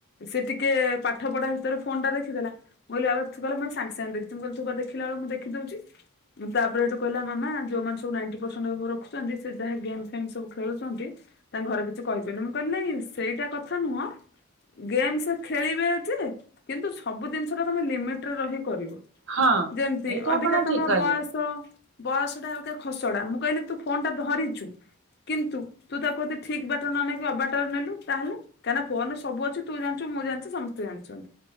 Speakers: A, on the left; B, on the right.
A: ସେ ଟିକେ ପାଠ ପଢା ଭିତରେ ଫୋନ ଟା ଦେଖିଦେଲା ମୁଁ କହିଲି ବାବାରେ, ତୁ କାଳେ ସାଙ୍ଗେ ସାଙ୍ଗେ ଦେଖୀ ଦଉଛୁ। ତୁ ପା ଦେଖିଲା ବେଳକୁ ମୁଁ ଦେଖି ଦଉଛି। ତାପରେ ହେଟୁ କହିଲା ମାମା ଯୋଉମାନେ ସବୁ ନାଇଣ୍ଟି ପରସେଣ୍ଟ ରଖୁଛନ୍ତି। ସେ ଯାହା ଗେମ୍ ଫେମ ସବୁ ଖେଳୁଛନ୍ତି ତାଙ୍କ ଘରେ କିଛି କହିବେନି, ମୁଁ କହିଲିନାହିଁ, ସେଇଟା କଥା ନୁହଁ ଗେମ୍ସ ଖେଳିବେ ଯେ, କିନ୍ତୁ ସବୁ ଜିନିଷ ଟା ତମେ ଲିମିଟ ରେ ରହିକି କରିବ।
B: ହଁ
A: ଯେମତି
B: ଏଇଟା
A: ଅବିକା
B: ଆପଣ
A: ତମ
B: ଠିକ କହିଲେ।
A: ବୟସ ବୟସ ଟା ଆଉ ଏକ ଖସଡା ମୁଁ କହିଲି ତୁ ଫୋନ ଟା ଧରିଛୁ। କିନ୍ତୁ ତୁ ତାକୁ ଯଦି ଠିକ୍ ବାଟ ନ ନେଇକି ଅବାଟରେ ନେଲୁ ତାହେଲେ? କାହିଁକି ନା ଫୋନରେ ସବୁ ଅଛି ତୁ ମୁଁ ଜାଣିଛି ସମସ୍ତେ ଜାଣିଛନ୍ତି